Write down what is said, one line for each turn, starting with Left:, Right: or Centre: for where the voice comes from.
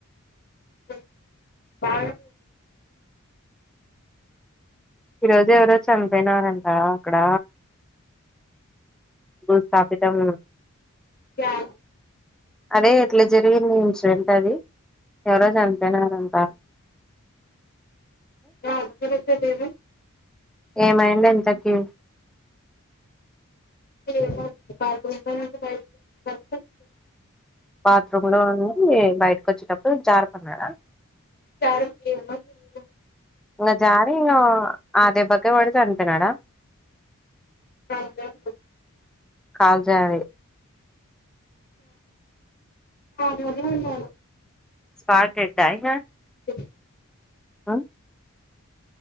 Left: <unintelligible> బాగ
Centre: ఈ రోజు ఎవరో చనిపోయినారంట అక్కడ భూస్థాపితం
Left: జార్
Centre: అదే ఎట్లా జరిగింది ఇన్సిడెంట్ అని ఎవరో చనిపోయినారంటా
Left: <unintelligible>
Centre: ఏమైంద్ ఇంతకీ
Left: <unintelligible>
Centre: బాత్రూమ్ లో ఉండి బయటక్ వచ్చినప్పుడు జార్ పడ్డ్డాఅడా
Left: తారు క్కి <unintelligible>
Centre: ఇంగ జారీ ఆ ఆ దెబ్బకే పడి చనిపోయినాడా
Left: <unintelligible> అ
Centre: కాల్ జారీ
Left: హుమ్మ్ అ
Centre: స్పార్ డేడ్డ ఇగా
Left: స
Centre: ఆ